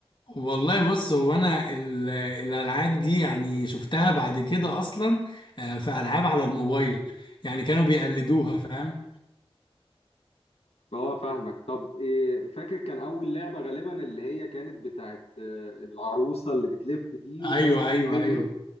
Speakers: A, on the left (about 50°); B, on the left (about 80°).
A: والله بص هو انا ال- الالعاب دي يعني شفتها بعد كده اصلا آه، في العاب على الموبايل يعني كانوا بيقلدوها فاهم
B: اه فاهمك طب إيه فاكر كان اول لعبه غالبا اللي هي كانت بتاعت آه، العروسه اللي بتلف دي والناس
A: ايوه ايوه
B: تيجي تجري
A: ايوه